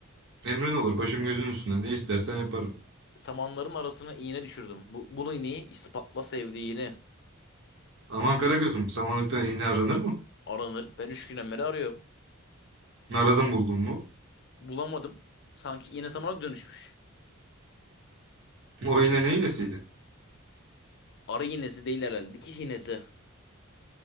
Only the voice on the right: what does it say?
Emrin olur. Başım gözün üstünde. Ne istersen yaparım.
Aman Karagözüm. Samanlıkta iğne aranır mı?
Aradın buldun mu?
O iğne ne iğnesiydi?